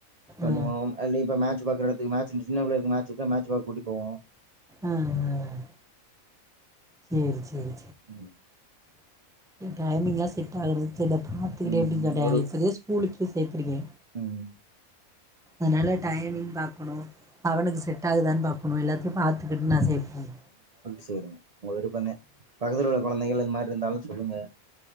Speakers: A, on the right (about 35°); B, in the centre.
A: பண்ணுவோ
B: ஆ
A: அல் இப்ப மேச் பாக்கறத்துக்கு மேச் இச்சுன்னா சின்ன பிள்ளைங்களுக்கு மேச் இருன்ச்சினா மேச் பாக்க கூட்டி போ <unintelligible> போவோம்
B: ஆஹ் ஆஹ் சேரி சேரி
A: ம்
B: டைமிங்ளா செட் ஆகுற செல்ல பாத்துக்கிட்டே
A: ம்
B: எப்டி சொல்றா
A: ஒரு
B: இப்பதே ஸ்கூலுக்கே சேர்த்திருக்கே
A: ம்
B: அனால டைமிங் பாக்கணு அவனுக்கு செட் ஆகுதானு பாப் எல்லாத்தையும் பாத்துக்கிட்டு நா செ உம்
A: சேரி உங்க வீட்டுக்கு வந்தேன் பக்கத்ல உள்ள குழந்தைகள் இந்த மாரி இருந்தாலு சொல்லுங்க